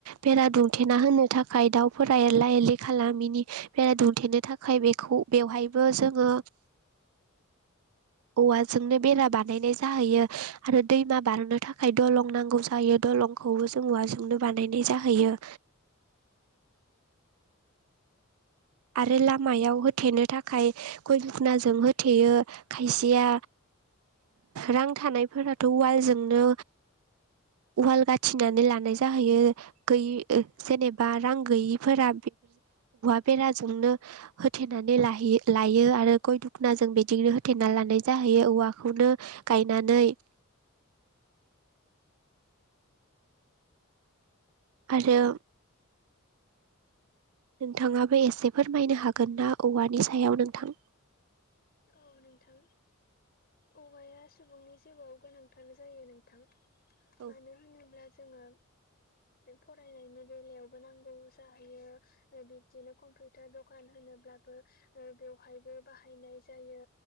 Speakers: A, on the right (about 80°); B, on the left (about 45°).
A: बेरा दुंमथेना होनो थाखाय दावफोरा एरला एरलि खालामिनि बेरा दुंथेनो थाखाय बेखौ बेवहायबो जोङो औवाजोंनो बेरा बानायनाय जा जाहैयो आरो दैमा बारनो थाखाय दलं नांगौ जायो दलंखौबो जों औवाजोंनो बानायनाय। जाहैयो। आरो लामायाव होथेनो थाखाय गय दुनायखजों होथेयो खायसेया। रां थानायफोराथ' वालजोंनो वाल गाथिनानै लानाय जाहैयो गैयि जेनेबा रां गैयिफोरा <inaudible> बेराजोंनो होथेनानै लाहैयो लायो आरो गय दखनाजों बिदिनो होथेना लानाय जायो। औवाखौनो गायनानै आरो। नोंथाङाबो एसे फोरमायनो हागोन ना औवानि सायाव नोंथां।
B: औ नोंथां। औवाया सुबुंनि जिउआव गोनांथार जायो नोंथां।
A: औ
B: मानो होनोब्ला जोङो।
A: <inaudible>
B: फरायनायनि बेलायावबो नांगौ जाहैयो बिबदिनो कम्पिउटार दखान होनोब्ला बेवहायबो बाहायनाय। जायो